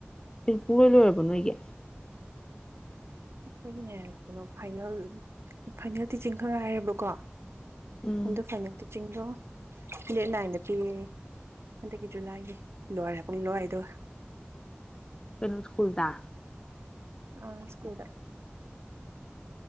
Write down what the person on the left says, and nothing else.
ꯇꯜꯄꯨꯔ ꯂꯣꯏꯔꯕ ꯅꯣꯏꯒꯤ
ꯎꯝ
ꯀꯩꯅꯣ ꯁ꯭ꯀꯨꯜꯗ꯫